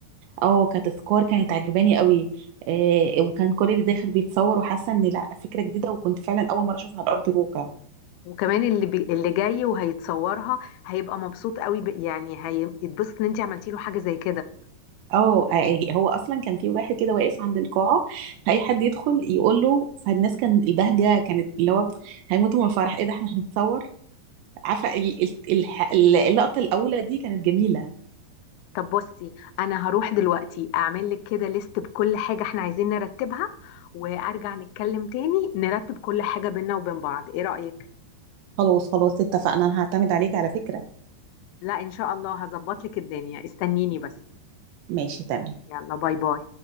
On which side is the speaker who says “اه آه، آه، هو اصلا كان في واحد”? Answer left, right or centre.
Right